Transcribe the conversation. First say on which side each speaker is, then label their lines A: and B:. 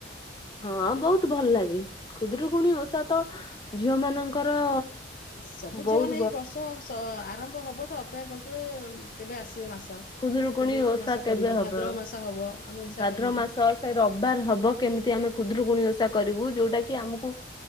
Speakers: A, on the left; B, on the left.
A: ହଁ ବହୁତ ଭଲ ଲାଗେ ଖୁଦରୁକୁଣୀ ଓଷା ତ ଝିଅ ମାନଙ୍କର
B: ସବୁ
A: ବହୁତ
B: ଝିଅ ମାନେ ଏଇ ବର୍ଷ ଆରମ୍ଭ ହବ ତ ଅପେକ୍ଷା କରିଥିବେ କେବେ ଆସିବ ମାସ।
A: ଖୁଦରୁକୁଣୀ
B: ଖୁଦୁରୁକୁଣୀ
A: ଓଷା
B: ମାସ କରିବୁ
A: କେବେ ହବ
B: ଭାଦ୍ରବ ମାସ ହବ ଆମେ ଓଷା
A: ଭାଦ୍ରବମାସ
B: କରିବୁ
A: ସେ ରବିବାର ହବ କେମିତି ଆମେ ଖୁଦରୁକୁଣୀ ଓଷା ଷା କରିବୁ ଯୋଉଟା କି ଆମକୁ